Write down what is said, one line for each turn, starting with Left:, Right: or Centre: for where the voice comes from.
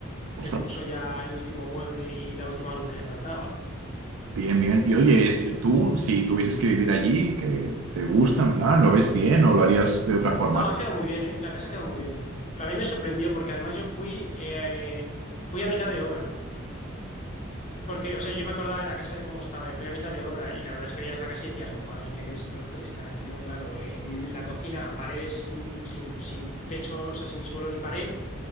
Left: que
Right: Ostras,
Left: puso ya el último mueble y la última luz que le faltaba.
Right: bien, bien. Y oye, es- tú, si tuvieses que vivir allí, ¿qué te gusta, en plan, lo ves bien o lo harías de otra forma?
Left: No, ha quedado muy bien, ¿eh? La casa ha quedado muy bien. A mí me sorprendió porque además yo fui, eh, fui a mitad de obra. Porque, o sea, yo me acordaba de la casa de cómo estaba y fui a mitad de obra y la verdad es que veías la casa y decías, madre mía, qué destrozo le están haciendo, claro. Eh, la cocina, paredes mm, sin, sin techo, o sea, sin suelo ni pared,